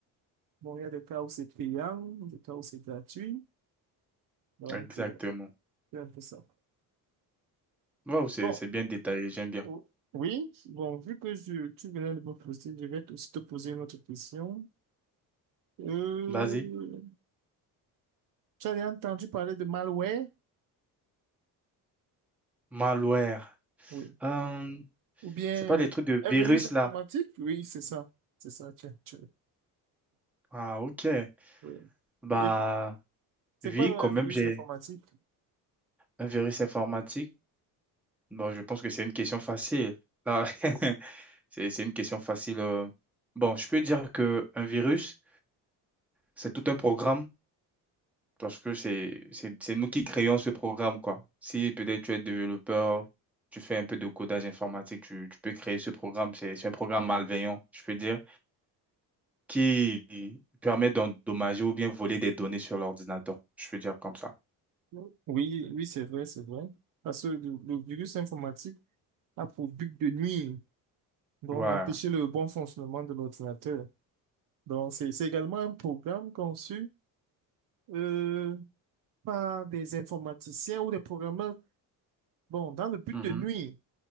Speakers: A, on the right; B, in the centre.
A: Bon, il y a des cas où c'est payant, des cas où c'est gratuit. Donc,
B: Exactement.
A: euh, c'est un peu ça.
B: Waouh, c'est
A: Bon,
B: c'est bien détaillé, j'aime bien.
A: o- oui, bon, vu que je- tu venais de me poser, je vais aussi te poser une autre question. Euh,
B: Vas-y.
A: tu as déjà entendu parler de malware?
B: Malware.
A: Oui.
B: Euh,
A: Ou bien
B: c'est pas les
A: euh,
B: trucs de
A: un
B: virus
A: virus informatique?
B: là.
A: Oui, c'est ça. C'est ça, tu, tu-
B: Ah, ok.
A: oui.
B: Bah,
A: Et c'est
B: oui,
A: quoi donc,
B: quand
A: un
B: même,
A: virus
B: j'ai.
A: informatique?
B: Un virus informatique? Bon, je pense que c'est une question facile. Là, <laughs> c'est c'est une question facile. euh. Bon, je peux dire que un virus, c'est tout un programme parce que c'est c'est c'est nous qui créons ce programme, quoi. Si peut-être tu es développeur, tu fais un peu de codage informatique, tu, tu peux créer ce programme. C'est c'est un programme malveillant, je peux dire, qui permet d'endommager ou bien voler des données sur l'ordinateur. Je peux dire comme ça.
A: Oui, oui, oui, c'est vrai, c'est vrai. Parce que le, le virus informatique a pour but de nuire. donc
B: Ouais.
A: d'empêcher le bon fonctionnement de l'ordinateur. Donc, c'est c'est également un programme conçu euh, par des informaticiens ou des programmeurs, bon, dans le but
B: Mhm.
A: de nuire.